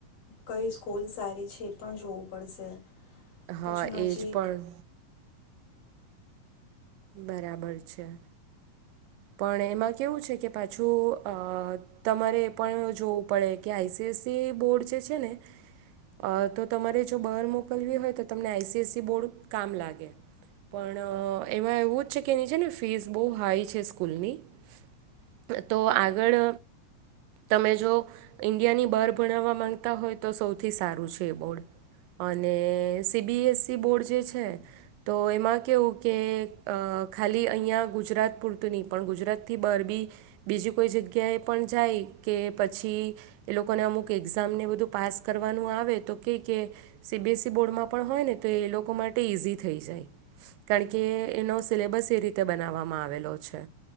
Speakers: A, on the left; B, on the right.
A: કઈ સ્કૂલ સારી છે એ પણ જોવું પડશે.
B: હા
A: પછી નજીક
B: એ જ પણ બરાબર છે. પણ એમાં કેવું છે કે પાછું અહ તમારે એ પણ જોવું પડે કે આઈ સી સી બોર્ડ જે છે ને અહ તો તમારે જો બાર મોકલવી હોય તો તમને આઈ સી સી બોર્ડ કામ લાગે. પણ અહ એમાં એવું જ છે કે એની છેે ને ફીસ બહુ હાઈ છે સ્કૂલની તો આગળ તમે જો ઇન્ડિયાની બહાર ભણાવવા માંગતા હોય તો સૌથી સારું છે એ બોર્ડ અને સીબીએસસી બોર્ડ જે છે તો એમાં કેવું કે અ ખાલી અહીંયા ગુજરાત પૂરતું નહીં પણ ગુજરાતથી બાર બી બીજી કોઈ જગ્યાએ પણ જાય કે પછી એ લોકોને અમુક એક્ઝામને બધું પાસ કરવાનું આવે તો કે કે સીબીએસસી બોર્ડમાં પણ હોય ને તો એ લોકો માટે ઇઝી ‌થઈ જાય. કારણ કે એનો સિલેબસ એ રીતે બનાવવામાં આવેલો છે